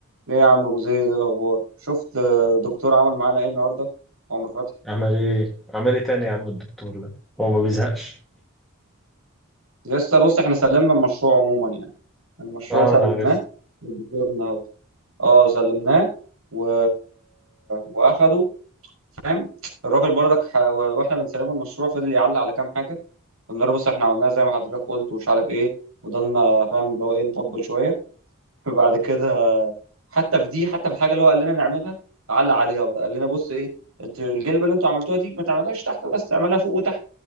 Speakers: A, on the right; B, in the centre.
A: ليه يا عم ابو زيد ايه الاخبار شفت آه، دكتور عمل معانا ايه النهارده عمر فتحي
B: عمل ايه عمل ايه تاني يا عم الدكتور ده هو ما بيزهقش
A: لسه بص احنا سلمنا المشروع عموما يعني المشروع
B: اه
A: سلمناه
B: انا عرفت
A: للدكتور النهارده اه سلمناه و... واخده فاهم الراجل برضك ح... واحنا بنسلمه المشروع فضل يعلق على كام حاجه قلنا له بص احنا عملناها زي ما حضرتك قلت ومش عارف ايه وضلنا فاهم اللي هو ايه نطبل شويه <laughs> وبعد كده حتى في دي حتى في الحاجه اللي هو قال لنا نعملها علق عليها بقى قال لنا بص ايه انت الجلبه اللي انتوا عملتوها دي ما تعملهاش تحت بس اعملها فوق وتحت